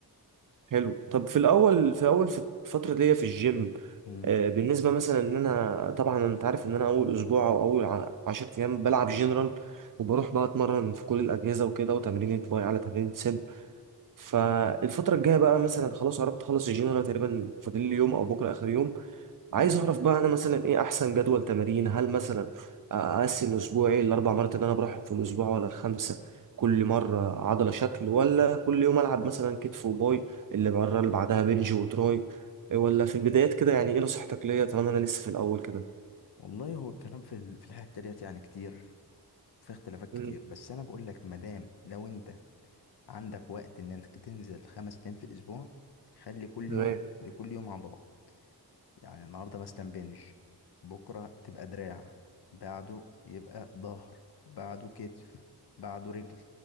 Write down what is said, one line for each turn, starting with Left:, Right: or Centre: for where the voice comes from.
Right: حلو طب في الاول في اول في الفتره دي في الجيم
Left: امم
Right: آه، بالنسبه مثلا ان انا طبعا انت عارف ان انا اول اسبوع او اول ع- 10 ايام بلعب جنرال وبروح بقى اتمرن في كل الاجهزه وكده وتمرين باي على تمرين صدر فالفترة الجاية بقى مثلا خلاص قربت اخلص الجيم انا تقريبا فاضل لي يوم او بكرة اخر يوم عايز
Left: امم
Right: اعرف بقى انا مثلا ايه احسن جدول تمارين هل مثلا اقسم اسبوعي الاربع مرات اللي انا بروحهم في الاسبوع ولا الخمسة كل مرة عضلة شكل ولا كل يوم العب مثلا كتف وباي اللي مرة اللي بعدها بنج وتراي ولا في البدايات كده يعني ايه نصيحتك ليا طالما انا لسه في الاول كده
Left: والله هو الكلام في ال- في الحتة ديت يعني كتير وفي اختلافات
Right: مم.
Left: كتير بس انا بقول لك مادام لو انت عندك وقت ان انك تنزل خمس ايام في الاسبوع خلي كل
Right: تمام
Left: يوم لكل يوم عضلة يعني النهاردة مثلا بنج بكرة تبقى دراع بعده يبقى ظهر بعده كتف بعده رجل